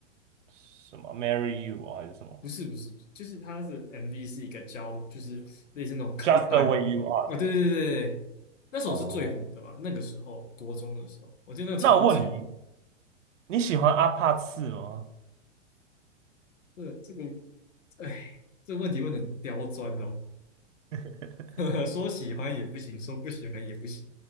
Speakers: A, on the right; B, on the left.
A: 什么 Marry You 啊还是什么
B: 不是不是不是就是它是 MV 是一个胶，就是类似那种卡带。
A: Just the way you are
B: 哦，
A: 啊
B: 对对对对对，那首是最红的吧？
A: 哦。
B: 那个时候国中的时候，我记得那个超级红。
A: 那我问你，你喜欢阿帕次吗？
B: 这个这个，哎，这个问题问的刁钻哦。
A: <laughs>
B: <laughs> 说喜欢也不行，说不喜欢也不行。